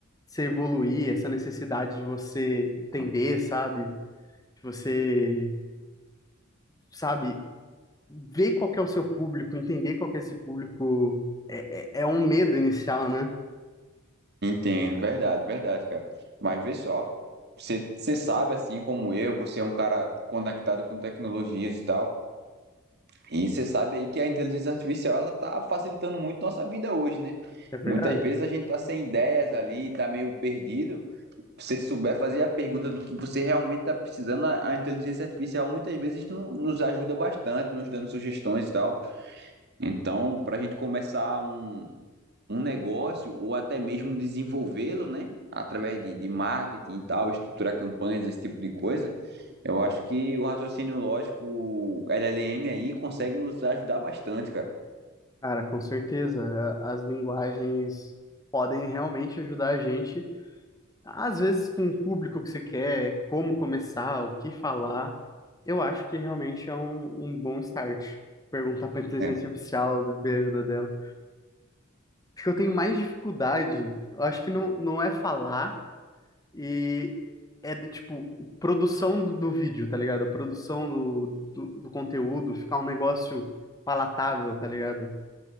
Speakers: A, on the left; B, on the right.
A: você evoluir, essa necessidade de você entender, sabe? De você, sabe, ver qual que é o seu público, entender qual que é esse público. É, é, é um medo inicial, né?
B: Entendo, verdade, verdade, cara. Mas vê só. Você, você sabe, assim como eu, você é um cara conectado com tecnologias e tal. E você sabe aí que a inteligência artificial ela tá facilitando muito nossa vida hoje, né?
A: É verdade?
B: Muitas vezes a gente tá sem ideias ali, tá meio perdido. Se Você souber fazer a pergunta do que você realmente tá precisando, a a inteligência artificial muitas vezes no- nos ajuda bastante, nos dando sugestões e tal. Então, para a gente começar um, um negócio ou até mesmo desenvolvê-lo, né? Através de, de marketing e tal, estruturar campanhas, esse tipo de coisa, eu acho que o raciocínio lógico, LLM aí, consegue nos ajudar bastante, cara.
A: Cara, com certeza. A- As linguagens podem realmente ajudar a gente, às vezes com o público que você quer, como começar, o que falar. Eu acho que realmente é um, um bom start. Perguntar para inteligência
B: É,
A: artificial, ver a ajuda dela. Acho que eu tenho mais dificuldade, eu acho que não, não é falar e é de tipo, produção do, do vídeo, tá ligado? A produção do, do do conteúdo, ficar um negócio palatável, tá ligado?